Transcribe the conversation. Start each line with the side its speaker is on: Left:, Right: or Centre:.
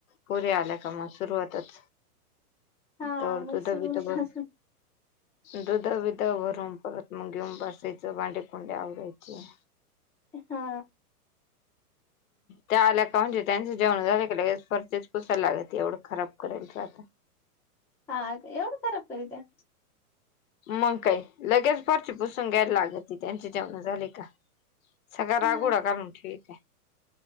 Left: पुरी आल्या का म सुरुवातच
Centre: हा
Left: तर
Centre: मग
Left: तुधवी
Centre: सुरू होत
Left: तर ब
Centre: असेल
Left: दुध बध भरून परत मग घेऊन बसायचं बांडेकुंडे आवडायचे
Centre: हा
Left: त्या आल्या का म्हणजे त्यांचं जेण झालं का फर्चेच पसायलागत एवढं खराब करायच आता
Centre: हा एवढ खरब कर दे्या
Left: मग काय लगेच फारची पुसून घ्यायला लागत ती त्यांचे जेवण झाली का सगळळा
Centre: हा
Left: रागोडा घालून ठीक आहे